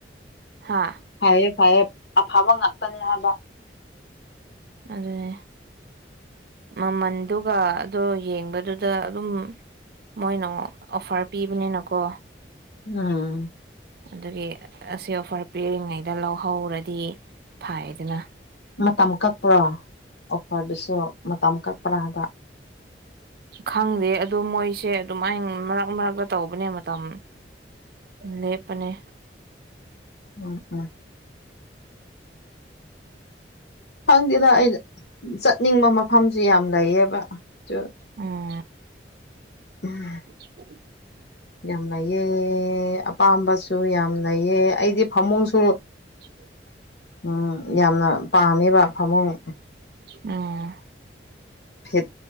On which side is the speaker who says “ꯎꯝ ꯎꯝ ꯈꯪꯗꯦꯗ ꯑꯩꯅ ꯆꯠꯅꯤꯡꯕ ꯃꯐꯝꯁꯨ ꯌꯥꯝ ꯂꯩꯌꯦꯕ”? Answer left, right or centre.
Left